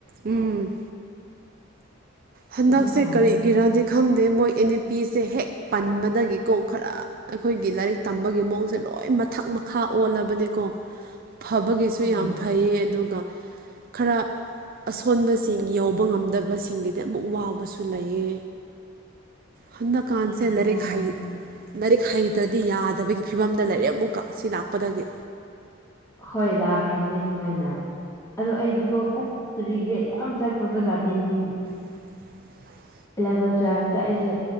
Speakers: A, on the right; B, on the left.
A: ꯎꯝ ꯍꯟꯗꯛꯁꯦ
B: ꯒ꯭ꯌꯥꯟ ꯇꯥꯗꯦ
A: ꯀꯔꯤꯒꯤꯔꯗꯤ ꯈꯪꯗꯦ ꯃꯣꯏ ꯑꯦꯟ ꯢ ꯄꯤ ꯁꯦ ꯍꯦꯛ ꯄꯟꯕꯗꯒꯤꯀꯣ ꯈꯔꯥ ꯑꯩꯈꯣꯏꯒꯤ ꯂꯥꯏꯔꯤꯛ ꯇꯝꯕꯒꯤ ꯃꯑꯣꯡꯁꯦ ꯂꯣꯏ ꯃꯊꯛ ꯃꯈꯥ ꯑꯣꯜꯂꯕꯅꯦꯀꯣ꯫ ꯐꯕꯒꯤꯁꯨ
B: ꯍꯣꯏ
A: ꯌꯥꯝ ꯐꯩꯌꯦ ꯑꯗꯨꯒ ꯈꯔ ꯑꯁꯣꯟꯕꯁꯤꯡ ꯌꯧꯕ ꯉꯝꯗꯕꯁꯤꯡꯒꯤ ꯑꯃꯨꯛ ꯋꯥꯕꯁꯨ ꯂꯩꯌꯦ ꯍꯟꯗꯛꯀꯥꯟꯁꯦ
B: ꯑꯗꯨꯅꯦ
A: ꯂꯥꯏꯔꯤꯛ ꯍꯩ ꯂꯥꯏꯔꯤꯛ ꯍꯩꯇ꯭ꯔꯗꯤ ꯌꯥꯗꯕꯒꯤ ꯐꯤꯕꯝꯗ ꯂꯩꯔꯦ ꯑꯃꯨꯛꯀ ꯁꯤ ꯂꯥꯛꯄꯗꯒꯤ
B: ꯍꯣꯏ ꯂꯥꯛꯈ꯭ꯔꯕꯅꯤ ꯑꯗꯨꯃꯥꯏꯅ ꯑꯗꯣ ꯑꯩꯗꯤꯀꯣ ꯑꯁ ꯔꯤꯒ꯭ꯔꯦꯠ ꯌꯥ ꯑꯝ ꯆꯠꯈ꯭ꯔꯕꯖꯥꯅꯦ ꯅꯤꯡ
A: <unintelligible>
B: ꯏꯂꯥꯕꯦꯜ, ꯇꯨꯋꯦꯜꯐꯇꯥ ꯑꯩꯁꯦ